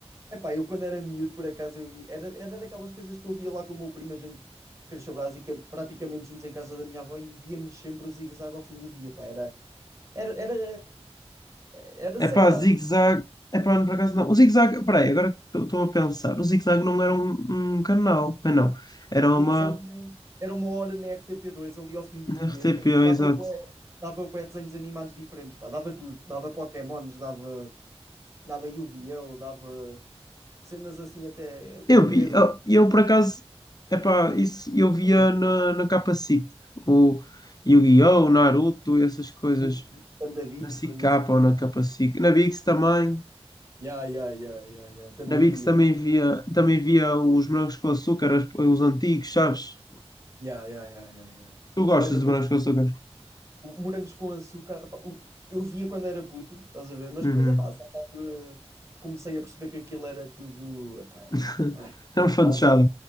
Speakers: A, on the right; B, on the left.
A: Epá, eu quando era miúdo, por acaso, eu vi. Era, era daquelas coisas que eu via lá com o meu primo, a gente cresceu brasica- praticamente juntos em casa da minha avó e víamos sempre o zigue-zague ao fim do dia, pá. Era, era, era, era
B: é
A: sagrado.
B: Epá, zigue-zague. Epá, não, por acaso não. O zigue-zague, peraí, agora que estou a pensar. O zigue-zague não era um, um canal. Ah, não. Era
A: Zigue-zague
B: uma
A: era, era uma hora na rtp dois ali ao fim do
B: na
A: dia,
B: RTP,
A: que dava,
B: exato.
A: bué- dava bué desenhos animados diferentes, pá. Dava tudo. Dava Pokémons, dava, dava Yu-Gi-Oh!, dava cenas assim até portuguesas.
B: Eu vi, ah, eu por acaso, é epá, isso eu via
A: Cenas
B: na, na capa SIC. O Yu-Gi-Oh! o Naruto, essas coisas.
A: do Panda Beats,
B: Na SIC
A: quando
B: capa
A: existia.
B: ou na capa SIC. Na Biggs também.
A: Yeah, yeah, yeah, yeah, yeah. Também
B: Na Bix
A: via.
B: também via, também via os morangos com açúcar, os, os antigos, sabes?
A: Yeah, yeah, yeah, yeah, yeah.
B: Tu gostas
A: Olha,
B: de
A: por-
B: morangos com açúcar?
A: o- morangos com açúcar, pá, o- eu via quando era puto, estás a ver? Mas
B: Uhum.
A: depois, epá, a certa altura comecei a perceber que aquilo era tudo. Epá, era.
B: <laughs>
A: <laughs>
B: É um fantochada.
A: Aos